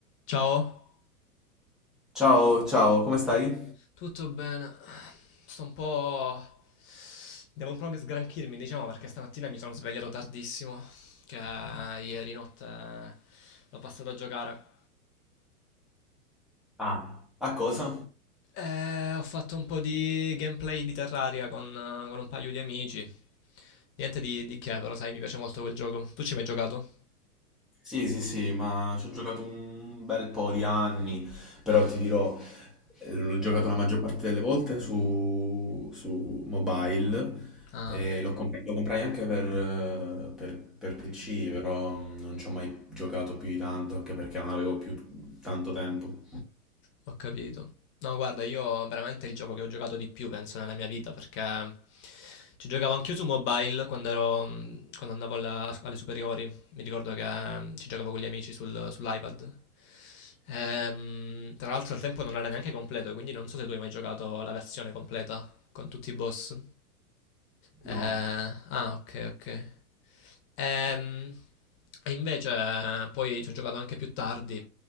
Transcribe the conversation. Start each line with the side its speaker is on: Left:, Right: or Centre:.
Left: Ciao,
Centre: Ciao, ciao, come stai?
Left: tutto bene? Sto un po'... Devo un po' sgranchirmi, diciamo, perché stamattina mi sono svegliato tardissimo, che ieri notte l'ho passato a giocare.
Centre: Ah, A cosa?
Left: E ho fatto un po' di gameplay di Terraria con, con un paio di amici. Niente di, di che, però sai, mi piace molto quel gioco. Tu ci hai mai giocato?
Centre: Sì, sì, sì, ma ci ho giocato un bel po' di anni, però ti dirò, eh, l'ho giocato la maggior parte delle volte su, su mobile,
Left: Ah.
Centre: e l'ho comp- lo comprai anche per, eh, per- per PC, però non ci ho mai giocato più di tanto, anche perché non avevo più tanto tempo.
Left: Ho capito. No, guarda, io veramente il gioco che ho giocato di più, penso, nella mia vita, perché ci giocavo anch'io su mobile quando ero, mh, quando andavo alla- alle superiori. Mi ricordo che mh, ci giocavo con gli amici sul- sull'iPad. Ehm, tra l'altro al tempo non era neanche completo, quindi non so se tu hai mai giocato la versione completa con tutti i boss. Eh,
Centre: no.
Left: ah, ok, ok. Ehm, e invece eh, poi ci ho giocato anche più tardi,